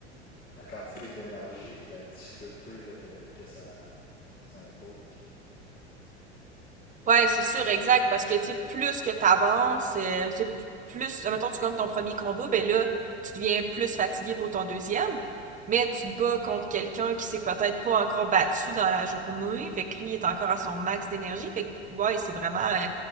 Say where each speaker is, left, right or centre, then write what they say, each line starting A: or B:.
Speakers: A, on the left; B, on the right.
A: la quantité d'énergie puis la difficulté là, que, que ça, ça impose.
B: Ouais, c'est sûr, exact, parce que, tu sais, plus que t'avances, euh, tu sais, plus, Admettons tu gagnes ton premier combat, ben là, tu deviens plus fatigué pour ton deuxième, mais tu te bats contre quelqu'un qui s'est peut-être pas encore battu dans la journée, fait que lui, il est encore à son max d'énergie, fait que, ouais, c'est vraiment, euh,